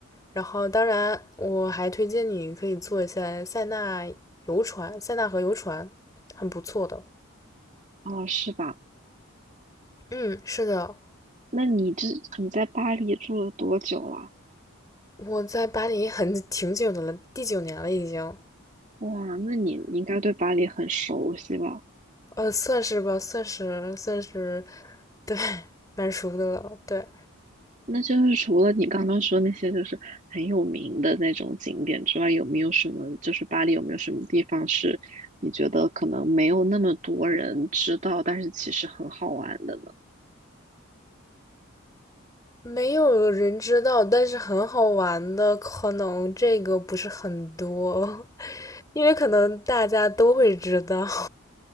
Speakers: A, on the left; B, on the right.
A: 然后，当然我还推荐你可以坐一下塞纳游船，塞纳河游船很不错的。
B: 哦，是吧？
A: 嗯，是的，
B: 那你这你在巴黎住了多久了？
A: 我在巴黎很挺久的了，第九年了已经，
B: 哇，那你应该对巴黎很熟悉吧？
A: 呃，算是吧，算是算是，对，蛮熟的了，对。
B: 那就是除了你刚刚说那些就是很有名的那种景点之外，有没有什么就是巴黎有没有什么地方是你觉得可能没有那么多人知道，但是其实很好玩的呢？
A: 没有人知道，但是很好玩的，可能这个不是很多，<laughs> 因为可能大家都会知道。